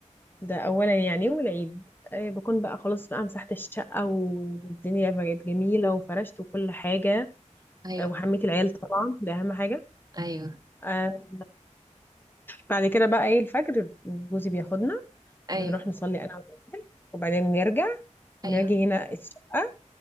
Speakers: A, on the left (about 15°); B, on the right (about 30°).
A: ده اولا يعني والعيد آه، بكون بقى خلاص بقى مسحت الشقه والدنيا بقت جميله وفرشت وكل حاجه
B: ايوه
A: آه، وحميت العيال طبعا ده اهم حاجه
B: ايوه
A: آه، بعد كده بقى ايه الفجر جوزي بياخدنا
B: ايوه
A: بنروح نصلي انا والعيال وبعدين نرجع نجي
B: ايوه
A: هنا الشقه